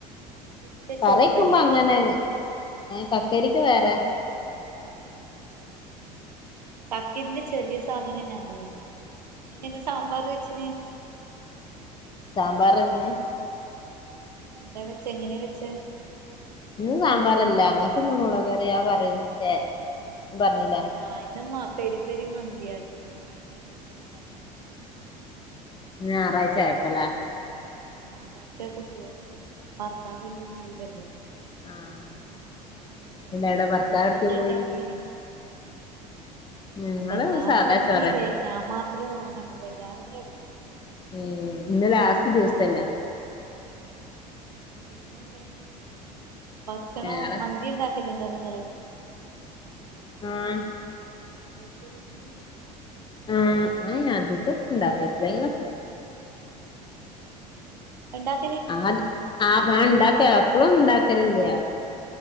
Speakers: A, on the right; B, on the left.
A: കക്കിരിന്റെ
B: കറി
A: ചെറുതല്ലേ
B: വെക്കുമ്പൊ അങ്ങനെയങ്ങ് ഏ കക്കരിക്ക വേറെ
A: ആഹ് കക്കരിന്റെ ചെറിയ സാധനം ഞാൻ പറയുന്ന് പിന്നെ എങ്ങനെ സാമ്പാർ വെച്ചിന്.
B: സാമ്പാറതിന്
A: എന്താ വെച്ച് എങ്ങനെയാ വെച്ച്
B: ഇന്ന് സാമ്പാറല്ല അങ്ങക്ക് ഇന്ന് മുളക് കറിയാ <unintelligible>
A: ആഹ്
B: പറഞ്ഞില്ലേ
A: ഞാനിന്ന് പെരി പെരി മന്തിയാക്കിനി ഇങ്ങള് മന്തി ഇണ്ടാക്കല്ണ്ടാ
B: ഇന്ന് ഞായറാഴ്ച ആയപ്പല്ലേ
A: ഞായറാഴ്ച കുട്ടികളില്ലേ ഭർത്താവിന്നും ലീവല്ലേ
B: ആഹ്
A: ആഹ് ഇന്ന് മന്തിണ്ടാക്കി.
B: ഇല്ലടെ ഭർത്താവ്
A: ഇങ്ങളെ
B: എവിടേക്ക്
A: ന്താ
B: പോയി
A: ഇണ്ടാക്കീന്
B: ഞങ്ങള്
A: എല്ലാറും
B: സാദാ
A: ഒറങ്ങീല്ലേ.
B: ചോറ്
A: ഞാൻ മാത്രേ ഒറങ്ങാണ്ടുള്ളൂ. എല്ലാരും കെടന്നു.
B: മ്മ് ഇന്ന് ലാസ്റ്റ് ദിവസല്ലേ.
A: ആ പിന്നെന്തേ? ഭക്ഷണം
B: വേറെ
A: മന്തി ഉണ്ടാ <unintelligible> ക്കലുണ്ടോ നിങ്ങള്
B: ആഹ്
A: പെരി പെരി മന്തി
B: ആഹ് <unintelligible>
A: <unintelligible>
B: ആത് <unintelligible> എപ്പളൊന്നുണ്ടാക്കലില്ല്യ